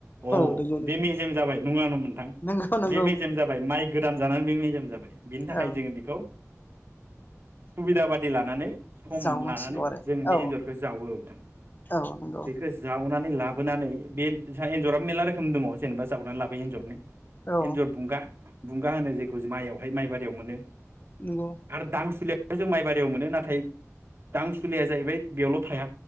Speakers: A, on the right; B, on the left.
A: अ
B: नंगौ नोंथां
A: बे मेजेम जाबाय नङा होनबा नोंथां
B: नंगौ नंगौ
A: बे मेजेम जाबाय माइ गोदान जानानै बे मेजेम जाबाय बेनि थाखाय
B: औ
A: जोङो बेखौ सुबिदा बादि लानानै सम
B: जावनांसिगौ
A: लानानै
B: आरो
A: जों बे
B: औ
A: एन्जरखौ जावो नोंथां
B: औ नंगौ
A: बेखौ जावनानै लाबोनानै बे जोंहा एन्जरा मेरला रोखोम दङ जेनेबा जावनानै लाबोयो एन्जरनि
B: औ
A: एन्जर बुंगा बुंगा होनो जेखौ माइआवहाय माइ बारियाव मोनो
B: नंगौ
A: आरो दां सुलिया जों माइबारियाव मोनो नाथाय दां सुलिया जाहैबाय बेयावल' थाया।